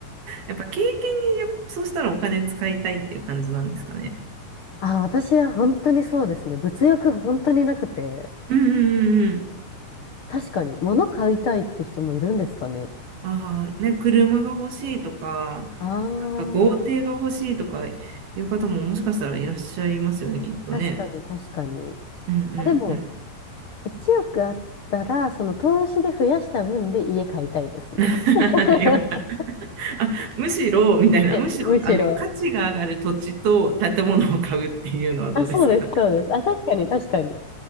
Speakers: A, on the right; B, on the left.
A: やっぱ経験にやっぱそうしたらお金使いたいっていう感じなんですかね。
B: あ、私は本当にそうですね。物欲本当になくて、
A: うんうんうんうん。
B: 確かに、物買いたいって人もいるんですかね。
A: ああ、ね、車が欲しいとか、
B: あ
A: なんか豪邸が欲しいとかいう方ももしかしたらいらっしゃいますよね、きっとね。
B: あ、確かに確かに。
A: うんう
B: あ、でも、
A: ん
B: 1億あったら、その投資で増やした分で家買いたいですね。
A: <laughs>
B: <laughs>
A: やっぱ <laughs> あ、むしろ、みたいな、
B: はいむしろ。
A: むしろ、あの、価値が上がる土地と建物を買うっていうのはどうですか
B: あ、そうです、そうです。あ、確かに、確かに。